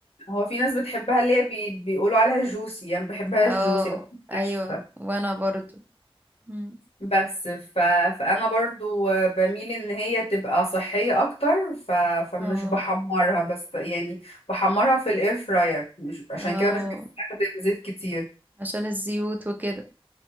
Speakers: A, on the left; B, on the right.
A: هو في ناس بتحبها اللي هي بي... بيقولوا عليها جوسي يعني بحبها
B: اه
A: جوسي بحبها
B: ايوه
A: ناشفة
B: وانا برضو مم.
A: بس ف... فانا برضو بميل ان هي تبقى صحية اكتر ف... فمش
B: اه
A: بحمرها بس يعني بحمرها في الاير فراير مش عشان
B: اه
A: كده مش بستخدم زيت كتير
B: عشان الزيوت وكده